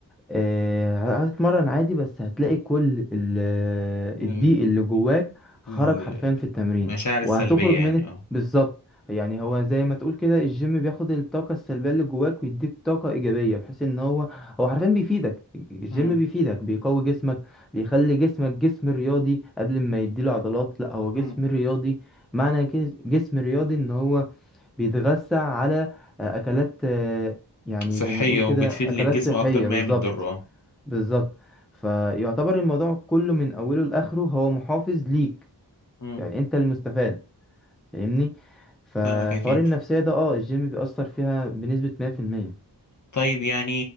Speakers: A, in the centre; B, on the left.
A: آه، هتتمرن عادي بس هتلاقي كل ال- آه،
B: ال-
A: الضيق اللي جواك خرج
B: ال-
A: حرفيا في التمرين
B: المشاعر السلبية
A: وهتخرج
B: يعني
A: من الت-
B: اه
A: بالظبط يعني هو زي ما تقول كده الجيم بياخد الطاقة السلبية اللي جواك ويديك طاقة إيجابية بحيث إن هو هو حرفيا بيفيدك الجيم
B: مم.
A: بيفيدك بيقوي جسمك بيخلي جسمك جسم رياضي قبل ما يديله عضلات لا هو جسم
B: مم.
A: رياضي معنى كده جسم رياضي إن هو بيتغذى على آه، أكلات آه، يعني
B: صحية
A: زي ما نقول كده
B: وبتفيد
A: أكلات
B: للجسم
A: صحية
B: أكتر ما
A: بالظبط
B: هي بتضره اه
A: بالظبط فيعتبر الموضوع كله من اوله لاخره هو محافظ ليك
B: مم.
A: يعني انت المستفاد فاهمني فحوار
B: فاهمك أكيد
A: النفسية ده اه الجيم بيأثر فيها بنسبة 100%
B: طيب يعني